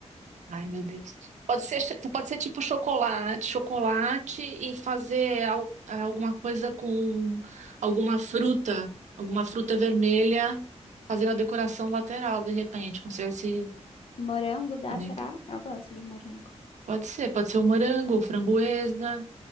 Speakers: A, on the right (about 80°); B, on the left (about 50°).
A: Ai, meu Deus. Pode ser, pode ser tipo chocolate, chocolate e fazer al- é, alguma coisa com alguma fruta, alguma fruta vermelha, fazendo a decoração lateral, de repente, como se tivesse
B: Morango dá,
A: também
B: será?
A: po-
B: Eu gosto de morango.
A: pode ser, pode ser um morango, um framboesa.